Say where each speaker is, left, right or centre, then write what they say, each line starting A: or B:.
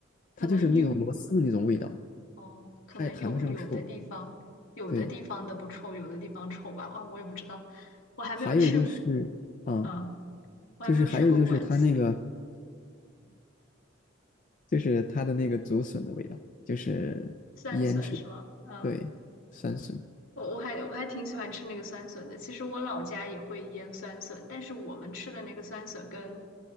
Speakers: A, on the left; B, on the left.
A: 可能有，
B: 它就是那种螺丝的那种味道，
A: 哦，可能有有的地方有的地方的不臭，
B: 它也谈不上臭。对，
A: 有的地方臭吧。哇，我也不知道，我还没有去过。
B: 还有就是啊，
A: 嗯，我还没有去过广西。
B: 就是还有就是它那个就是它的那个竹笋的味道，就是腌制的，
A: 酸笋是吗？嗯。
B: 对，酸笋。
A: 我我还我还挺喜欢吃那个酸笋的。其实我老家也会腌酸笋，但是我们吃的那个酸笋跟